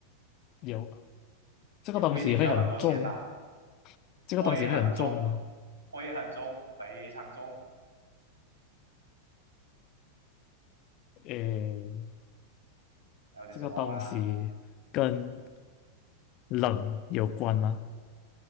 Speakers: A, on the left (about 40°); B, on the right (about 80°).
A: 有。这个东西会很重，
B: 也不一定需要很多钱啦，灰很重，
A: 这个东西会很重吗？
B: 灰很重，非常重。
A: 诶，
B: 还有点什么吗？
A: 这个东西跟冷有关吗？